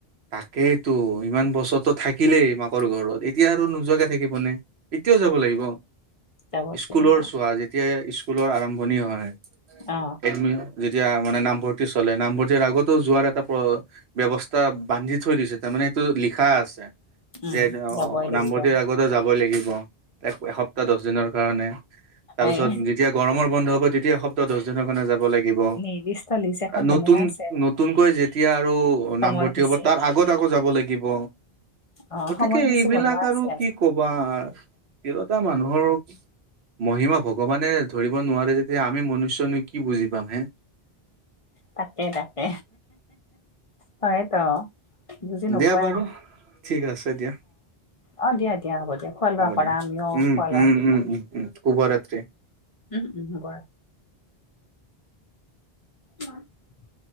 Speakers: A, on the right; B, on the left.
A: তাকেই তো ইমান বছৰৰতো থাকিলেই মাকৰ ঘৰত এতিয়া আৰু নোযোৱাকে থাকিব নে? এতিয়াও যাব লাগিব
B: যাব
A: স্কুলৰ
B: লাগিব
A: চোৱা যেতিয়া স্কুলৰ আৰম্ভণি হয়।
B: অ
A: এদমি যেতিয়া মানে নামভৰ্তি চলে নামভৰ্তিৰ আগতো যোৱাৰ এটা। ব্যবস্থা বান্ধি থৈ দিছে তাৰ মানে এইটো লিখা আছে।
B: উম
A: যে অ
B: যাবই লাগিব
A: নামভতিৰ আগতো যাবই লাগিব। এক এসপ্তাহ দহ দিনৰ কাৰণে। তাৰ পিছত
B: এই
A: যেতিয়া গৰমৰ বন্ধ হ'ব তেতিয়া সপ্তাহ দহ দিনৰ কাৰণে যাব লাগিব।
B: নিৰ্দিষ্ট লিষ্ট এখন বনোৱা
A: নতুন ন
B: আছে আৰু
A: নতুনকৈ যেতিয়া আৰু
B: সময়সূচী
A: নামভৰ্তি হ'ব তাৰ আগত আকৌ যাব লাগিব।
B: অ
A: গতিকে
B: সময়সূচী
A: এইবিলাক
B: বনোৱা
A: আৰু
B: আছে
A: কি কব। বা তিৰোতা মানুহৰ মহিমা। ভগৱানে ধৰিব নোৱাৰে যেতিয়া আমি মনুষ্যনো কি বুজি পাম হে?
B: তাকে তাকে হয়তো। বুজি নোপোৱাই।
A: দিয়া বাৰু ঠিক আছে দিয়া।
B: অ', দিয়া দিয়া হ'ব দিয়া খোৱা লোৱা
A: হ'ব
B: কৰা
A: দিয়া
B: আমিও
A: উম
B: খোৱা লোৱা
A: উম উম উম উম শুভৰাত্ৰি
B: উম উম হ'ব। <inaudible>